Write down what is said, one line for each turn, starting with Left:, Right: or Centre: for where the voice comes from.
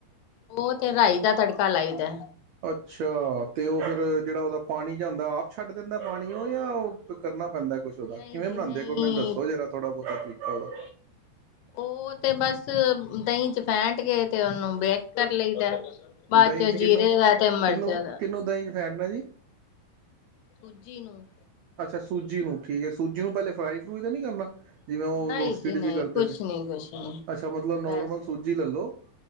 Left: ਉਹ ਤੇ ਰਾਈ ਦਾ ਤੜਕਾ ਲਾਈ ਦਾ
Right: ਅੱਛਾ ਤੇ ਉਹ ਜਿਹੜਾ ਉਹਦਾ ਪਾਣੀ ਜਾਂ ਹੁੰਦਾ ਆਪ ਛੱਡ ਦਿੰਦਾ ਪਾਣੀ ਉਹ ਜਾਂ ਉਹ ਕਰਨਾ ਪੈਂਦਾ ਕੁਛ ਉਹਦਾ
Left: ਨਹੀਂ
Right: ਕਿਵੇਂ
Left: ਜੀ
Right: ਬਣਾਉਂਦੇ
Left: ਨਹੀਂ
Right: ਕੋਈ ਮੈਨੂੰ ਦੱਸੋ ਜਰਾ ਥੋੜਾ ਬਹੁਤਾ ਤਰੀਕਾ ਉਹਦਾ
Left: ਉਹ ਤੇ ਬਸ ਦਹੀਂ ਚ ਫੈਂਟ ਕੇ ਤੇ ਉਹਨੂੰ ਬੇਕ ਕਰ ਲਈਦਾ ਬਾਅਦ
Right: ਦਹੀਂ
Left: ਚੋਂ
Right: ਵਿੱਚ
Left: ਜੀਰੇ
Right: ਕਿਨੂੰ
Left: ਦਾ ਤੇ ਮਿਰਚਾਂ
Right: ਕਿਨੂੰ
Left: ਦਾ
Right: ਕਿਨੂੰ ਦਹੀਂ ਚ ਫੈਂਟਣਾ ਜੀ
Left: ਸੂਜੀ ਨੂੰ
Right: ਅੱਛਾ ਸੂਜੀ ਨੂੰ ਠੀਕ ਹੈ ਸੂਜੀ ਨੂੰ ਪਹਿਲੇ ਫਰਾਈ ਫਰੂਈ ਤਾਂ ਨਹੀਂ ਕਰਨਾ ਜਿਵੇਂ ਉਹ
Left: ਨਹੀਂ
Right: ਰੋਸਟਿਡ
Left: ਜੀ ਨਹੀਂ
Right: ਜਿ ਕਰਦੇ
Left: ਕੁਛ
Right: ਨੇ
Left: ਨੀ ਕੁਛ ਨੀ
Right: ਅੱਛਾ ਮਤਲਬ ਨੋਰਮਲ
Left: ਵੈਸੇ
Right: ਸੂਜੀ ਲੈਲੋ